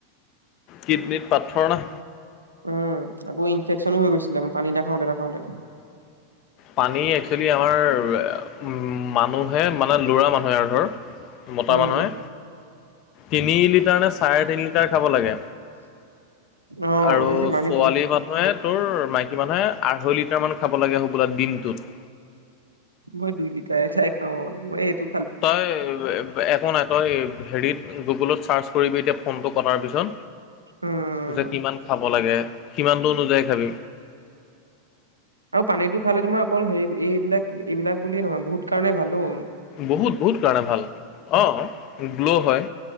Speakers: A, on the left (about 40°); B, on the right (about 80°).
A: কিডনিত পা্থৰ ন।
B: উম, আকৌ ইনফেকশচনো হৈ গৈছিলে ম পানী নাখাওতে নাখাওতে।
A: পানী একচুৱেলি আমাৰ মানুহ। মানুহে মানে ল'ৰা মানুহে আৰু ধৰ মতা
B: উম
A: মানুহে। তিনি লিটাৰ নে চাৰে তিনি লিটাৰ খাব লাগে।
B: অ
A: আৰু
B: আমি যে পানী
A: ছোৱালী
B: বহুত
A: মানুহে। তোৰ মাইকী মানুহে আঢ়ৈ লিটাৰ মান খাব লাগে সুবোলা দিনটোত।
B: মই দুই লিটাই এঠাই খাওঁ মই এইটো।
A: তই একো নাই তই হেৰিত। গুগলত চাৰ্চ কৰিবি এতিয়া ফোনটো কটাৰ পিছত
B: উম
A: যে কিমান খাব লাগে। কিমানটো অনুযায়ী খাবি।
B: আৰু পানীটো খালে তোমাৰ অকল হেৰি এইবিলাক এইবিলাক বুলিয়ে নহয় বহুত কাৰণে ভালো।
A: বহুত বহুত কাৰণে ভাল অ, গ্ল' হয়।